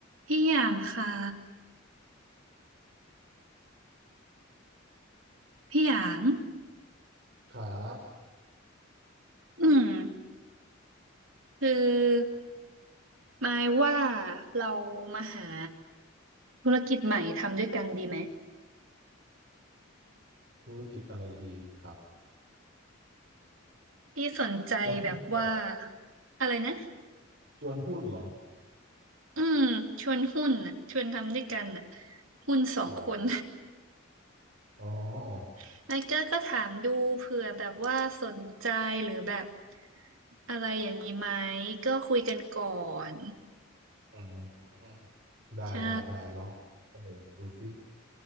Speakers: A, on the right (about 75°); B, on the right (about 55°).
A: พี่หยางคะพี่หยาง
B: ครับ
A: อืมคือหมายว่าเรามาหาธุรกิจใหม่ทำด้วยกันดีไหม
B: ธุรกิจอะไรดีครับ
A: พี่สนใจแบบว่า
B: จะหุ้นเหรอ
A: อะไรนะ
B: ชวนหุ้นเหรอ
A: อืมชวนหุ้นอ่ะชวนทำด้วยกันอ่ะหุ้นสองคน
B: อ๋ออ๋อ
A: <laughs> นายก็ก็ถามดูเผื่อแบบว่าสนใจหรือแบบอะไรอย่างนี้ไหมก็คุยกันก่อน
B: อืมได้ได้ได้ลองเสนอดูสิ
A: ใช่